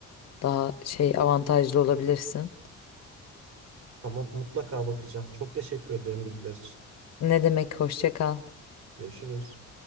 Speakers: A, on the left (about 55°); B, on the right (about 70°).
A: daha şey avantajlı olabilirsin.
B: Tamam, mutlaka bakacağım. Çok teşekkür ederim bilgiler için.
A: Ne demek hoşça kal.
B: Görüşürüz.